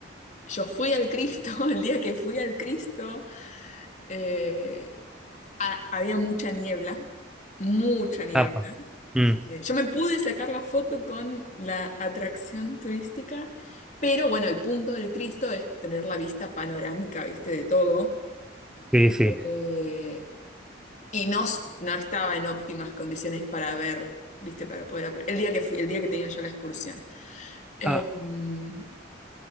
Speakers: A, on the left; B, in the centre.
A: yo fui al Cristo, <laughs> el día que fui al Cristo, eh, ha- había mucha niebla, mucha niebla.
B: Apa. Mm,
A: Eh, Yo me pude sacar la foto con la atracción turística, pero bueno, el punto del Cristo es tener la vista panorámica, viste, de todo.
B: sí, sí.
A: Eh, y no, s- no estaba en óptimas condiciones para ver, viste, para poder aper- El día que fui, el día que tenía yo la excursión. Eh,
B: Ah,
A: mm,